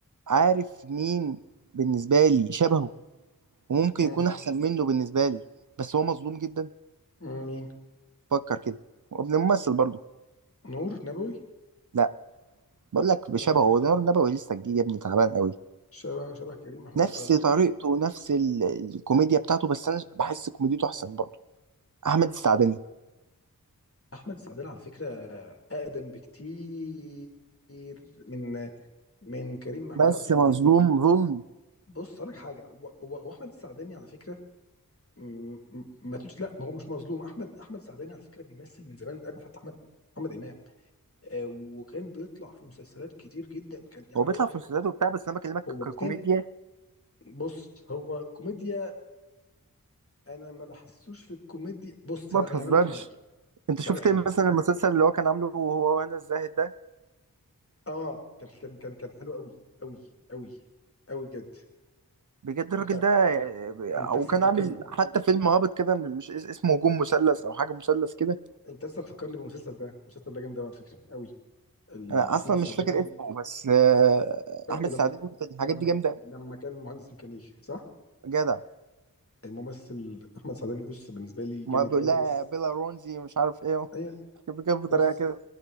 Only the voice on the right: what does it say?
عارف مين بالنسبه لي شبهه وممكن
يكون احسن منه بالنسبه لي بس هو مظلوم جدا
فكر كده وابن ممثل برضه
لا بقول لك بشبهه
هو نور النبوي لسه جديد يا ابني تعبان قوي
نفس
طريقته ونفس ال- الكوميديا بتاعته بس انا بحس كوميديته احسن برضه احمد السعدني
بس
مظلوم ظلم
هو بيطلع
في مسلسلاته وبتاع بس انا بكلمك
ككوميديا
ما
تهزرش
انت شفت
مثلا المسلسل اللي هو كان عامله هو وهنا الزاهد ده
بجد الراجل
ده
او
كان
عامل حتى فيلم هابط كده مش اس- اسمه هجوم مثلث او حاجه مثلث كده
انا
اصلا
مش فاكر اسمه بس آه،
احمد
سعدين في الحاجات
دي جامده أوي.
جدع
ما بيقول
لها
بيلا رونزي مش عارف ايه
<laughs> بكده بطريقه
كده